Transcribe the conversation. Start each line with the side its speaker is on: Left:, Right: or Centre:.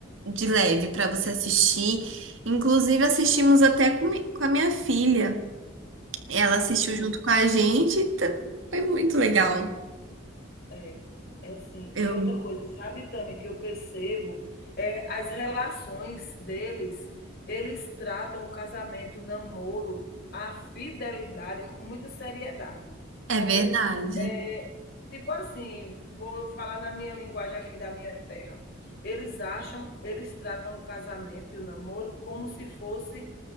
Right: de leve para você assistir. Inclusive assistimos até com, mi- com a minha filha. Ela assistiu
Left: sim.
Right: junto com a gente, e tá- foi muito legal.
Left: É, é sim.
Right: Eu,
Left: E outra coisa, sabe também que eu percebo é as relações deles, eles tratam o casamento, o namoro, a fidelidade com muita seriedade.
Right: é verdade.
Left: Eles, eh, tipo assim, vou falar na minha linguagem aqui da minha terra. Eles acham, eles tratam o casamento e o namoro como se fosse